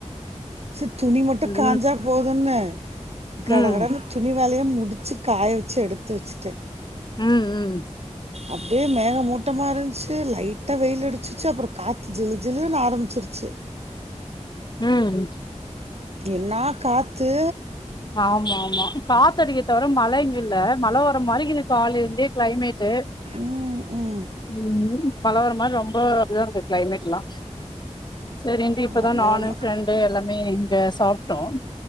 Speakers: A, on the right (about 60°); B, on the left (about 35°).
A: ச்சு துணி மட்டு
B: ம்
A: காஞ்சா போதுன்னு
B: ம்
A: கடகடன்னு துணி வேலய முடிச்சு காய வச்சு எடுத்து வச்சுட்டே
B: ம் ம்
A: அப்டியே மேக மூட்டமாக இருந்ச்சு லைட்டா வெயில் அடிச்சிச்சு அப்பறோ காத்து ஜிலு ஜிலனு ஆரம்பிச்சிருச்சி
B: ம்
A: என்னா காத்து
B: ஆமா ஆமா காத்தடிக்க தவிர மழ இங்க இல்ல மழை வர மாரி இருக்குது காலைல இருந்தே கிளைமேட்டு்
A: ம் ம்
B: ம் மழ வர்ர மார் ரொம்ப அப்டிதா இருக்கு கிளைமேட்லா சரிண்டு இப்பதா
A: ஆமா
B: நானு
A: ஆமா
B: ஃப்ரெண்டு எல்லாமே இங்க சாப்ட்டோ